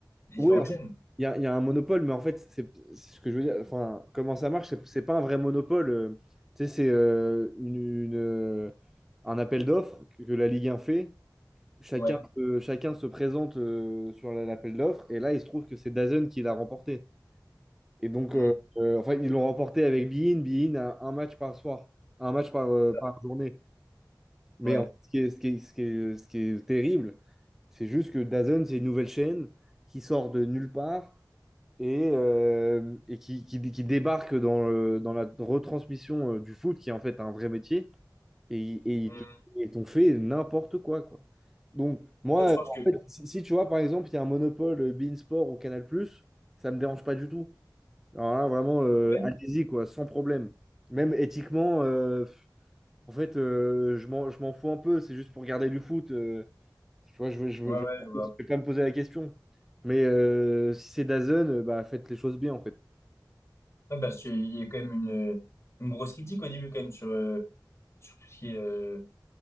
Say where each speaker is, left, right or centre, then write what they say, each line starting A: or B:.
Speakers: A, on the left; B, in the centre.
A: des
B: oui,
A: différentes
B: en fait,
A: chaînes.
B: il y a, il y a un monopole, mais en fait, c'est c'est ce que je veux dire. Enfin, comment ça marche, c'est c'est pas un vrai monopole. euh. Tu sais, c'est euh, une, une, euh, un appel d'offres que, que la Ligue 1 fait. Chacun,
A: Ouais,
B: se- chacun se présente euh, sur la- l'appel d'offres, et là, il se trouve que c'est DAZN qui l'a remporté. Et donc,
A: hmm,
B: euh, euh, enfin, ils l'ont remporté avec Bein. Bein a un match par soir, un match par, euh,
A: C'est ça.
B: par journée. Mais
A: ouais.
B: en fait, ce qui est, ce qui est- ce qui est- ce qui est terrible, c'est juste que DAZN, c'est une nouvelle chaîne qui sort de nulle part et, euh, et qui, qui- qui débarque dans, le- dans la retransmission euh, du foot, qui est en fait un vrai métier, et, et
A: hmm.
B: ils te- ils t'ont fait n'importe quoi, quoi. Donc, moi,
A: Toi, tu penses
B: en
A: que...
B: fait, si, si tu vois, par exemple, il y a un monopole euh, beIN Sport ou Canal+, ça me dérange pas du tout. Alors là, vraiment, euh,
A: Ouais,
B: allez-y, quoi, sans problème. Même éthiquement, euh, pff, en fait, euh, je m'en, je m'en fous un peu, c'est juste pour garder du foot. euh, tu vois, je ne je, je-
A: ouais,
B: je
A: ouais, je vois.
B: vais pas me poser la question. Mais euh, si c'est DAZN, euh, bah, faites les choses bien, en fait.
A: Ouais, parce qu'il y a quand même une, une grosse critique au début, quand même, sur, euh, sur tout ce qui est... euh,